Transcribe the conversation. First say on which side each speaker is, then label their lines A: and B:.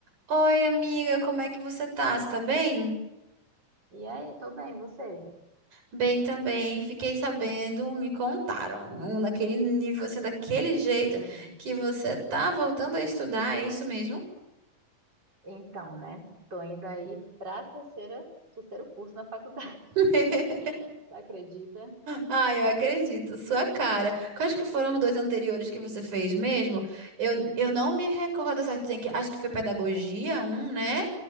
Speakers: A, on the right; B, on the right.
A: Oi, amiga, como é que você tá? Você tá bem?
B: E aí, tô bem, você?
A: Bem também. Fiquei sabendo, me contaram, não naquele nível, assim, daquele jeito
B: Hum,
A: que você tá voltando a estudar, é isso mesmo?
B: então, né? Tô indo aí pra terceira, terceiro curso na faculdade,
A: <laughs>
B: <laughs> você acredita?
A: Ah, eu acredito, sua cara. Quais que foram os dois anteriores que você fez mesmo? Eu, eu não me recordo certo, tem que, acho que foi pedagogia, um, né?